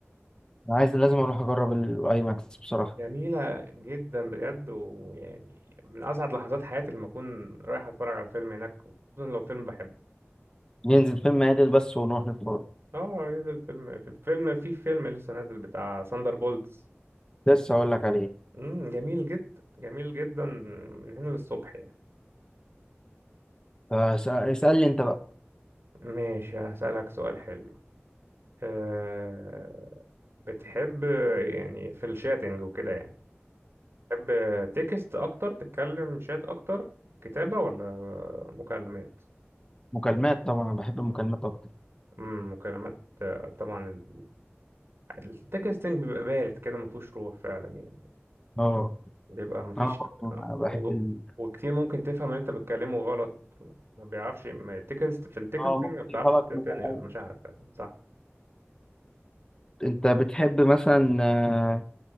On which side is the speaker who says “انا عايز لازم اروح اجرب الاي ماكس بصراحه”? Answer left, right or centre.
Left